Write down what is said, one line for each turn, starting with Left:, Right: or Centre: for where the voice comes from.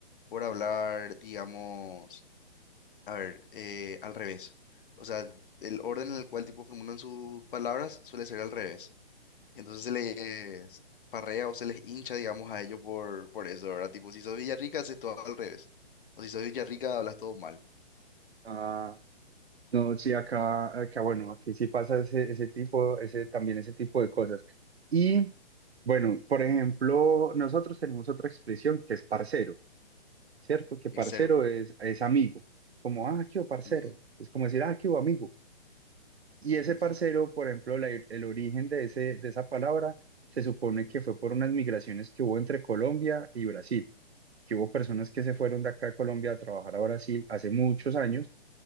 Left: por hablar, digamos, a ver, eh, al revés. O sea, el orden en el cual tipo formulan sus palabras suele ser al revés. Y entonces se les parrea o se les hincha, digamos, a ellos por, por eso, ¿verdad? Tipo, si sos Villarrica, haces todo al revés. O si sos Villarrica, hablas todo mal.
Right: Ah, No, sí, acá, acá, bueno, aquí sí pasa ese, ese tipo, ese, también ese tipo de cosas. Y bueno, por ejemplo, nosotros tenemos otra expresión que es parcero, ¿cierto? Que
Left: Tercero.
Right: parcero es, es amigo, como, ah, qué hubo, parcero.
Left: Ujú,
Right: Es como decir, ah, qué hubo, amigo. Y ese
Left: ujú,
Right: parcero, por ejemplo, la- el origen de ese, de esa palabra se supone que fue por unas migraciones que hubo entre Colombia y Brasil, que hubo personas que se fueron de acá de Colombia a trabajar a Brasil hace muchos años.